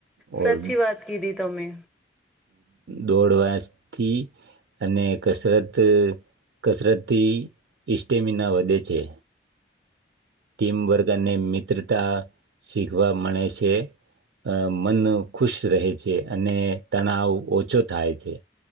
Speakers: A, on the right; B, in the centre.
A: ઓર
B: સાચી વાત કીધી તમે.
A: દોડવાસથી, અને કસરત કસરતથી સ્ટેમિના વધે છે. ટીમવર્ક અને મિત્રતા શીખવા મળે છે, મન ખુશ રહે છે અને તણાવ ઓછો થાય છે.